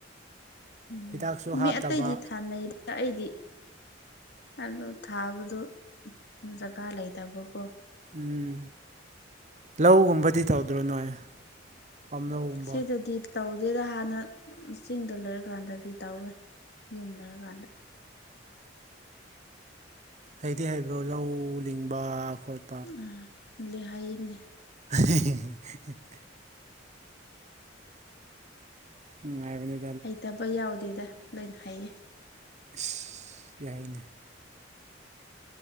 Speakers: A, on the left; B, on the right.
A: ꯎꯝ
B: ꯍꯤꯗꯥꯛꯁꯨ ꯍꯥꯞꯇꯕ
A: ꯃꯤ ꯑꯇꯩꯗꯤ ꯊꯥꯅꯩꯗ ꯑꯩꯗꯤ ꯑꯗꯨ ꯊꯥꯕꯗꯣ ꯖꯒꯥ ꯂꯩꯇꯕꯀꯣ
B: ꯎꯝ ꯂꯧꯒꯨꯝꯕꯗꯤ ꯇꯧꯗ꯭ꯔꯣ ꯅꯣꯏ ꯄꯥꯝꯂꯧꯒꯨꯝꯕ
A: ꯁꯤꯗꯗꯤ ꯇꯧꯗꯦꯗ ꯍꯥꯟꯅ ꯆꯤꯡꯗ ꯂꯩꯔꯀꯥꯟꯗꯗꯤ ꯇꯧꯋꯦ ꯌꯨꯝ ꯂꯩꯔ ꯀꯥꯟꯗ
B: ꯍꯩꯗꯤ ꯍꯥꯏꯕ꯭ꯔꯣ ꯂꯧ ꯂꯤꯡꯕ ꯈꯣꯠ
A: ꯑꯥ ꯂꯤꯡ ꯍꯩꯅꯦ
B: <inaudible> ꯎꯝ ꯍꯥꯏꯕꯅꯤ
A: ꯍꯩꯇꯕ ꯌꯥꯎꯗꯦꯗ ꯂꯣꯏꯅ ꯍꯩꯌꯦ
B: ꯏꯁ ꯌꯥꯏꯅꯦ